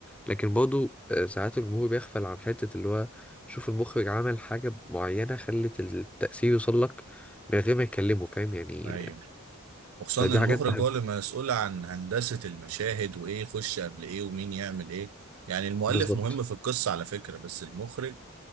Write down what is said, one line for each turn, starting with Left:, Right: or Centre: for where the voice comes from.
Centre: لكن برضه آه، ساعات الجمهور بيغفل عن حته اللي هو شوف المخرج عمل حاجه معينه خلت التاثير يوصل لك من غير ما يكلمه فاهم يعني
Right: ايوه وخصوصا
Centre: فدي
Right: إن المخرج
Centre: حاجات بحب
Right: هو اللي مسؤول عن هندسة المشاهد وايه يخش قبل ايه ومين يعمل ايه يعني المؤلف
Centre: بالظبط
Right: مهم في القصة على فكرة بس المخرج